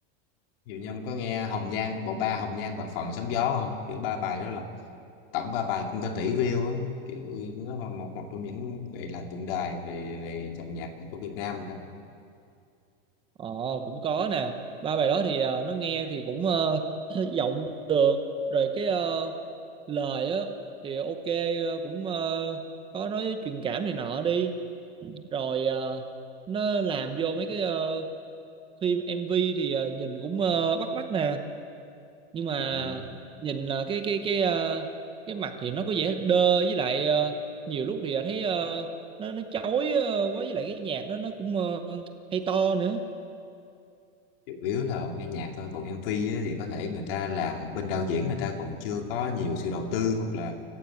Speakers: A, on the left; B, on the right.
A: ví dụ như ông có nghe Hồng Nhan bộ ba Hồng Nhan bạc phận sóng gió không kiểu ba bài đó là tổng ba bài cũng có tỷ view á kiểu nó là một một trong những gọi là tượng đài về về dòng nhạc của Việt Nam rồi đó
B: ờ cũng có nè ba bài đó thì ờ, nó nghe thì cũng ờ, <clears throat> giọng được rồi cái ờ, lời á thì ok ờ, cũng ờ, có nói truyền cảm này nọ đi rồi ờ, nó làm vô mấy cái ờ, phim MV thì ờ, nhìn cũng ờ, bắt mắt nè nhưng mà
A: ừ.
B: nhìn ờ, cái cái cái ờ, cái mặt thì nó có vẻ đơ với lại ờ, nhiều lúc thì ờ, thấy ờ, nó nó chói ờ, quá với lại cái nhạc đó nó cũng ờ, hay to nữa
A: chủ yếu là ông nghe nhạc thôi còn MV á, thì có thể người ta làm bên đạo diễn người ta còn chưa có nhiều sự đầu tư hoặc là